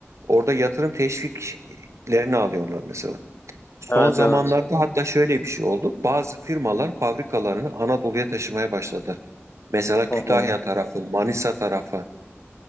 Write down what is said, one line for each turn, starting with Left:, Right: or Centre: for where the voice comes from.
Right: orada yatırım teşviklerini alıyorlar mesela. Son
Left: Evet
Right: zamanlarda
Left: evet.
Right: hatta şöyle bir şey oldu. Bazı firmalar fabrikalarını Anadolu'ya taşımaya başladılar. Mesela
Left: Hı
Right: Kütahya
Left: hı.
Right: tarafı, Manisa tarafı.